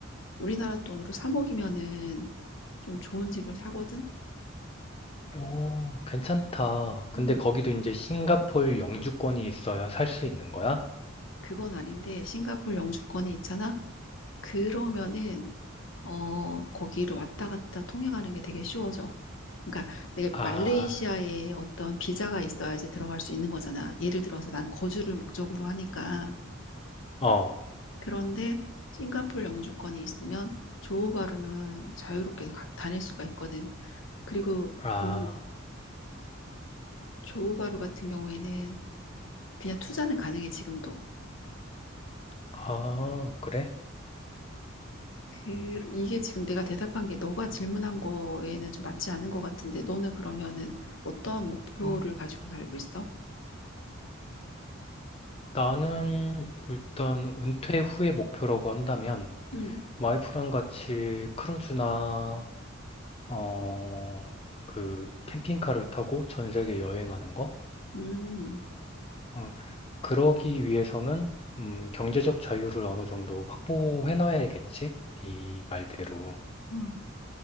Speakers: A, on the left (about 65°); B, on the left (about 30°).
A: 우리나라 돈으로 3억이면은 좀 좋은 집을 사거든?
B: 오, 괜찮다. 근데
A: 음,
B: 거기도 이제 싱가폴 영주권이 있어야 살 수 있는 거야?
A: 그건 아닌데, 싱가포르 영주권이 있잖아? 그러면은, 어, 거기를 왔다 갔다 통행하는 게 되게 쉬워져. 그러니까 내가
B: 아,
A: 말레이시아에 어떤 비자가 있어야지 들어갈 수 있는 거잖아. 예를 들어서 난 거주를 목적으로 하니까.
B: 어,
A: 그런데 싱가포르 영주권이 있으면 조호바루는 자유롭게 가- 다닐 수가 있거든. 그리고
B: 아,
A: 그 조호바루 같은 경우에는 그냥 투자는 가능해, 지금도.
B: 아, 그래?
A: 그, 이게 지금 내가 대답한 게 너가 질문한 거에는 좀 맞지 않은 것 같은데, 너는 그러면은 어떠한 목표를
B: 음,
A: 가지고 살고 있어?
B: 나는 일단 은퇴 후의 목표라고 한다면
A: 음,
B: 와이프랑 같이 크루즈나 어, 그 캠핑카를 타고 전 세계 여행하는 거?
A: 음,
B: 어. 그러기 위해서는 음, 경제적 자유를 어느 정도 확보해 놔야겠지? 네 말대로.
A: 어,